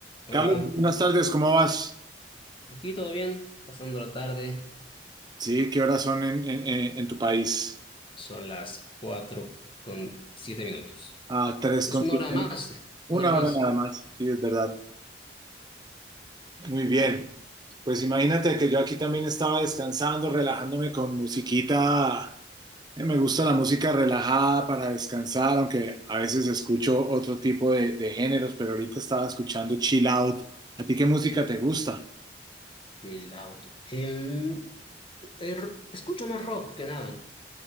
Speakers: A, on the left (about 30°); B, on the right (about 25°).
A: Hola,
B: Carlos, buenas tardes, ¿cómo vas?
A: aquí todo bien, pasando la tarde,
B: Sí, ¿qué horas son en, en- en- en tu país?
A: son las cuatro con siete minutos.
B: Ah, tres
A: Es
B: con
A: una
B: siete,
A: hora más,
B: una
A: una hora más,
B: hora nada más, sí, es verdad. Muy bien,
A: sí,
B: pues imagínate que yo aquí también estaba descansando, relajándome con musiquita. Eh, me gusta la música relajada para descansar, aunque a veces escucho otro tipo de, de géneros, pero ahorita estaba escuchando chill out. ¿A ti qué música te gusta?
A: el auto. Em, er- escucho más rock que nada,